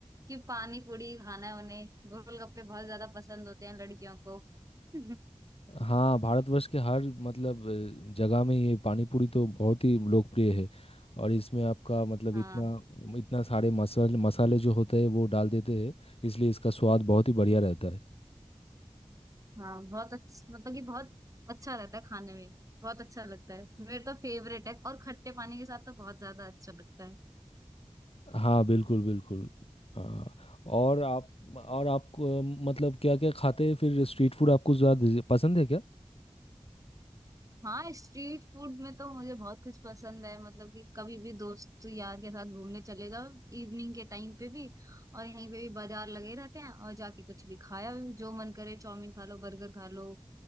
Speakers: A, on the right; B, on the left.
A: कि पानी पूरी खाना है उन्हें गोलगप्पे बहुत ज्यादा पसंद होते हैं लड़कियों को <laughs>
B: हाँ भारतवर्ष के हर मतलब अ, जगह में ये पानी पूरी तो बहुत ही लोकप्रिय है और इसमें आपका मतलब
A: हाँ
B: इतना इतना सारे मसाले मसाले जो होते हैं वो डाल देते हैं इसलिए इसका स्वाद बहुत ही बढ़िया रहता है
A: हाँ बहुत अच्छा मतलब कि बहुत अच्छा रहता है खाने में बहुत अच्छा लगता है मेरे तो फेवरेट है और खट्टे पानी के साथ तो बहुत ज्यादा अच्छा लगता है
B: हाँ बिल्कुल बिल्कुल हाँ, और आप और आपको अ, मतलब क्या क्या खाते हैं फिर स्ट्रीट फूड आपको ज़्यादा पसंद है क्या
A: हाँ स्ट्रीट फूड में तो मुझे बहुत कुछ पसंद है मतलब कि कभी भी दोस्त यार के साथ घूमने चले जाओ इवनिंग के टाइम पे भी और यहीं पे भी बाजार लगे रहते हैं और जाके कुछ भी खाया जो मन करे चाउमीन खा लो बर्गर खा लो